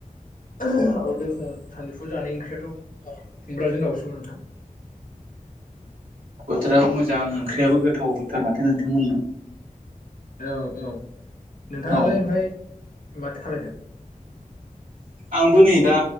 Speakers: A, on the left (about 70°); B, on the right (about 80°).
A: <unintelligible> सानजौफु जानाय ओंख्रियाथ' खुमब्राजों दाउसोमोन नोंथां
B: बोथोराबो मोजां ओंख्रियाबो गोथावथार माथो नोंथांमोनना
A: औ औ नोंथांङालाय
B: औ
A: ओमफाय माथो खालायदों
B: आंबो नै दा